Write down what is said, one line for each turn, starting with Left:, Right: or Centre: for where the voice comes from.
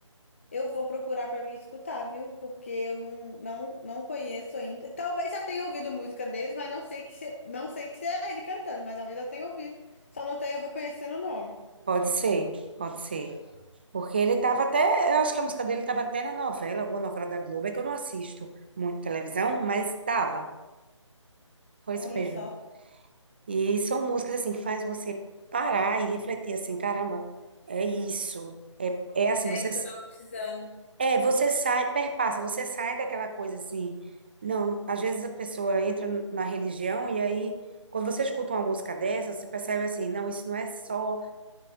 Left: Eu vou procurar pra me escutar, viu? Porque eu não, não, não conheço ainda. Talvez já tenha ouvido música deles, mas não sei que se, não sei que se é ele cantando, mas talvez já tenha ouvido. Só não tenho reconhecendo o nome.
Right: Pode ser, pode ser. Porque ele estava até, eu acho que a música dele estava até na novela, alguma novela da Globo, é que eu não assisto muito televisão, mas estava. Foi
Left: Olha
Right: isso mesmo.
Left: só.
Right: E são músicas assim que faz você parar e refletir assim, caramba, é isso. É, é assim,
Left: É
Right: você
Left: isso que eu tava precisando.
Right: é, você sai, perpassa, você sai daquela coisa assim. Não, às vezes a pessoa entra na religião e aí quando você escuta uma música dessa, você percebe assim, não, isso não é só,